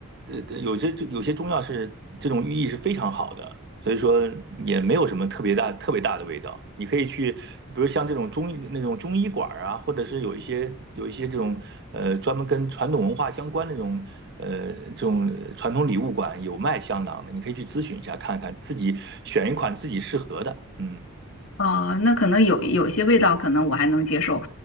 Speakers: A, on the right; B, on the left.
A: 呃有些有些中药是这种寓意是非常好的，所以说也没有什么特别大、特别大的味道。你可以去，比如像这种中医那种中医馆儿啊，或者是有一些有一些这种呃专门跟传统文化相关的这种呃这种呃传统礼物馆有卖香囊的，你可以去咨询一下，看看自己选一款自己适合的。嗯
B: 啊，那可能有有一些味道，可能我还能接受，